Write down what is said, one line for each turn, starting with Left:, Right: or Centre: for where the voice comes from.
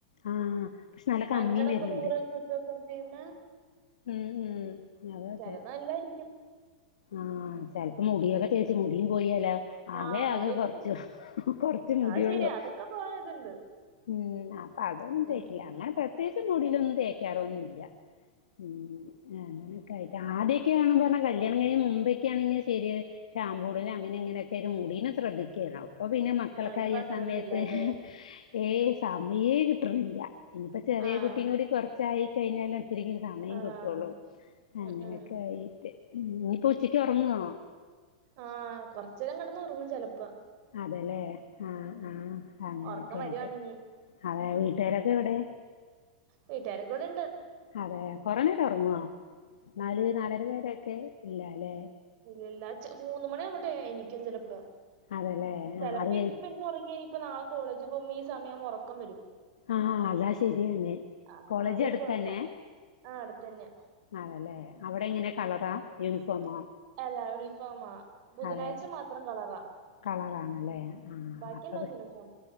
Left: ആഹ് പക്ഷെ നല്ല കമ്മിയും
Right: അഞ്ചണ്ണെക്കെ
Left: വരുന്നുണ്ട്
Right: നൂറൊക്കെ ഇട്ട് വെക്കാ ചെയ്യുന്നേ
Left: ഉം ഉം അതെ അതെ
Right: ചെലത് നല്ലായിരിക്കും
Left: ആഹ് ചെൽപ്പോ മുടിയൊക്കെ തേച്ച് മുടിയും പോയാലോ ആകെ
Right: ആഹ്
Left: ആകെ
Right: മുടിയൊക്കെ
Left: കൊർച്ചു
Right: ഉം,
Left: കൊർച്ച് മുടിയൊള്ളു
Right: അത് ശരിയാ അതൊക്കെ പോവാൻ ഇതുണ്ട്
Left: ഉം അപ്പ അതൊന്നും
Right: ഉം
Left: തേക്കില്ല അങ്ങനെ പ്രത്യേകിച്ച് മുടീലൊന്നും തേക്ക ക്യാറൊന്നുല്യാ ഉം അങ്ങൊനക്കായിട്ട് ആദ്യൊക്കേണ്ന്നർഞ്ഞാ കല്യാണം കഴിഞ്ഞ മുമ്പൊക്കേണെങ്കി ശെരിയാ ഷാമ്പൂടലും അങ്ങനെ ഇങ്ങനൊക്കായിട്ട് മുടീനെ ശ്രദ്ധിക്കേനാവും. ഇപ്പൊ പിന്നെ മക്കളൊക്കായ
Right: ആഹ് ഇപ്പൊ അങ്ങനൊന്നും
Left: സമയത്ത്
Right: ഇല്ലാല്ലേ
Left: ഏ സമയേ കിട്ട്ണ്ല്ല ഇനിയിപ്പോ ചെറിയ
Right: ആഹ്
Left: കുട്ടിം കൂടി കൊർച്ചായി കഴിഞ്ഞാല് ഒത്തിരിക്ക്ന്നു സമയം
Right: ആഹ്
Left: കിട്ടൊള്ളൂ
Right: ഉം
Left: അങ്ങനൊക്കായിട്ട്
Right: ഉം
Left: ഇനിയിപ്പൊ ഉച്ചക്ക്യ് ഒറങ്ങോ?
Right: ആഹ് കൊർച്ച് നേരം കെടന്നൊറങ്ങും ചെലപ്പോ
Left: അതെലേ ആഹ്
Right: ഉം
Left: ആഹ് അങ്ങനൊക്കായിട്ട്
Right: ഒറക്കം വരുവാണെങ്കി
Left: അതെ, വീട്ടുകാരൊക്കെ എവിടെ?
Right: വീട്ടുകാരൊക്കെ ഇവിടെണ്ട്
Left: അതെ കൊറെ നേരം ഒറങ്ങോ നാല് നാലര വെരെ ഒക്കെ ഇല്ലാലെ
Right: ഇല്ലല്ലോ മൂന്ന് മണിയാവട്ടെ എണീക്കും ചെലപ്പോ
Left: അതെല്ലേ
Right: ചെലപ്പോ
Left: ആഹ് അത് കഴി
Right: ഇനിയിപ്പ ഇന്ന് ഒറങ്ങ്യാപ്പൊ നാളെ കോളേജ് പോകുമ്പോ ഈ സമയ ഒറക്കം വരും.
Left: ആഹ് അതാ ശെരിയാന്നെ
Right: ആഹ്
Left: കോളേജ്
Right: അതൊരു
Left: അട്ത്തന്നെ
Right: കൊഴപ്പാ ആഹ് അടുത്തന്ന്യ
Left: അതേലെ അവിടെ എങ്ങനെ കളറാ യൂണിഫോമോ?
Right: അല്ല യൂണിഫോമാ ബുധനാഴ്ച
Left: അതെ
Right: മാത്രം കളറാ
Left: കളറാണല്ലേ ആഹ്
Right: ബാക്കിയെല്ലാം
Left: അപ്പൊ പി
Right: യൂണിഫോമാ